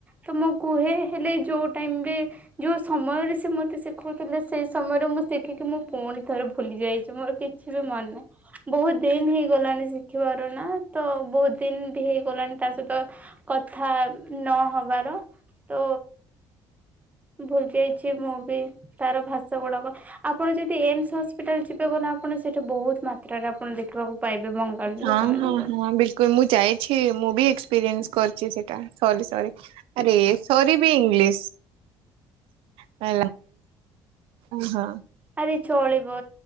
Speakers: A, on the right; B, on the right.
A: ତ ମୁଁ କୁହେ ହେଲେ ଯୋଉ ଟାଇମରେ ଯୋଉ ସମୟରେ ସେ ମତେ ଶିଖଉଥିଲେ ସେଇ ସମୟରେ ମୁଁ ଶିଖିକି ମୁଁ ପୁଣି ଥରେ ଭୁଲି ଯାଇଛି ମୋର କି ଛି ବି ମନେ ନାହିଁ ବହୁତ ଦିନ ହେଇଗଲାଣି ଶିଖିବାର ନା ତ ବହୁତ ଦିନ ବି ହେଇଗଲାଣି ତା ସହିତ କଥା ନହବାର। ତ ଭୁଲି ଯାଇଛି ମୁଁ ବି ତାର ଭାଷା ଗୁଡ଼ାକ। ଆପଣ ଯଦି ଏମସ ହସ୍ପିଟାଲ ଯିବେ କ ନା ଆପଣ ସେଇଠା ବହୁତ ମାତ୍ରାରେ ଆପଣ ଦେଖିବାକୁ ପାଇବେ ବଙ୍ଗାଳୀ
B: ହଁ
A: ଲୋକମାନଙ୍କୁ।
B: ହଁ ହଁ ବିଲକୁଲ ମୁଁ ଯାଇଛି ମୁଁ ବି ଏକ୍ସପିରିଏନ୍ସ କରିଛି ସେଇଟା ସରି ସରି। ଆରେ ସରି ବି ଇଂଲିଶ। ହ ହଁ।
A: ଆରେ ଚଳିବ